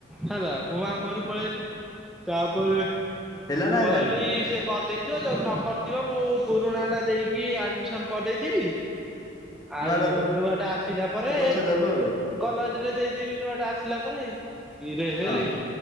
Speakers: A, in the centre; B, on the left.
A: ହେଲା ମୁଁ ମାମୁଁ ଘରକୁ ପଳେଇଆଇଲି, ତାପରେ
B: ହେଲା ନା
A: ମୁଁ
B: ହେଲାନି
A: ଆଇଲି ସେଏ କରିଦେଇଥିବ ଯଦି ନ କରିଥିବ ମୁଁ ପୁରୁଣାଟା ଦେଇକି ଆଡ଼ମିସନ୍ କରିଦେଇଥିବି। ଆଉ
B: ନୂଆଟା
A: ନୂଆଟା ଆସିଲା ପରେ।
B: ପଛେ ଦବୁ
A: କଲେଜରେ ଦେଇଦେବି ନୂଆଟା ଆସିଲା ପରେ ଇରେ ହେଇ।
B: ଆଉ